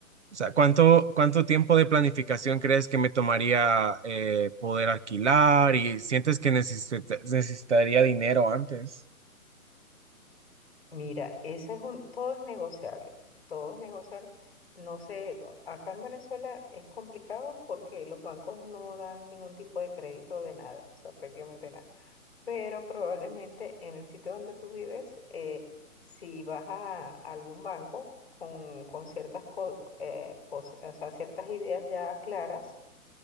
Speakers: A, on the right; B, in the centre.
A: O sea, ¿cuánto, cuánto tiempo de planificación crees que me tomaría eh, poder alquilar? ¿Y sientes que necesit- necesitaría dinero antes?
B: Mira, esa es un, todo es negociable, todo es negociable. No sé, acá en Venezuela es complicado porque los bancos no dan ningún tipo de crédito de nada, o sea, prácticamente nada. Pero probablemente en el sitio donde tú vives, eh, si vas a algún banco con, con ciertas co- eh, cos- o sea, ciertas ideas ya claras,